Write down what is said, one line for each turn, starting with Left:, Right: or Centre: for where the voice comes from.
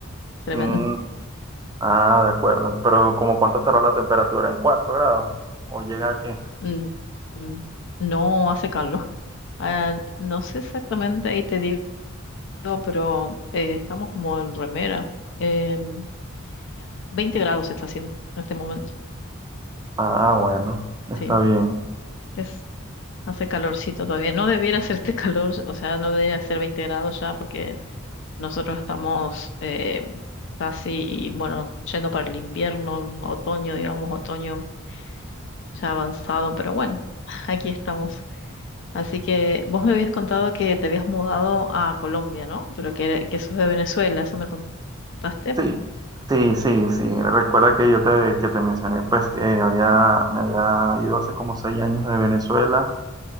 Left: tremendo.
Right: Mm, ah, de acuerdo. Pero ¿como cuánto estará la temperatura? ¿En 4 grados? ¿O llega a qué?
Left: Mm, mm, No hace calor. Ah, no sé exactamente, ahí te digo, pero eh, estamos como en remera. Em, 20 grados está haciendo en este momento.
Right: Ah, bueno, está
Left: Sí,
Right: bien.
Left: es, hace calorcito todavía. No debiera hacer este <laughs> calor, o sea, no debiera ser 20 grados ya, porque Nosotros estamos eh, casi, bueno, yendo para el invierno, otoño, digamos, otoño ya avanzado, pero bueno, <laughs> aquí estamos. Así que vos me habías contado que te habías mudado a Colombia, ¿no? Pero que, eres- que sos de Venezuela, eso me contaste.
Right: Sí, sí, sí, sí. Recuerda que yo te, que te mencioné pues que había, me había ido hace como 6 años de Venezuela